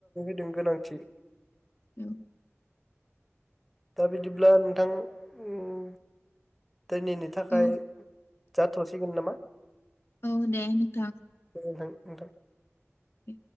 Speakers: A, in the centre; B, on the left (about 55°).
A: दों गोनांथि।
B: उम।
A: दा बिदिब्ला नोंथां उम दोनैनि थाखाय
B: औ
A: जाथ'सिगोन नामा?
B: औ देे नोंथां।
A: ओनथां नोंथां।
B: उ।